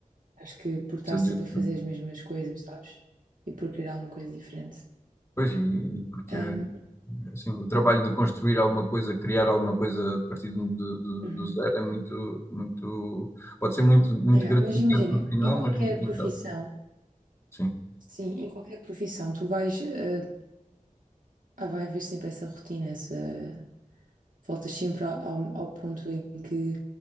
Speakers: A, on the right; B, on the left.
A: Acho que por
B: pode
A: estar
B: ser desvirtuado.
A: sempre a fazer as mesmas coisas, sabes? E por querer alguma coisa diferente.
B: Pois, e, e porque
A: Ehm,
B: assim, o trabalho de construir alguma coisa, criar alguma coisa a partir do, do,
A: uhum.
B: do zero é muito, muito, pode ser muito, muito
A: É,
B: gratificante
A: mas imagina,
B: no final,
A: em qualquer
B: mas muito
A: profissão,
B: ingrato. Sim,
A: sim, em qualquer profissão, tu vais. eh, Ah, vai haver sempre essa rotina, essa... Voltas sempre ao, ao- ao ponto em que,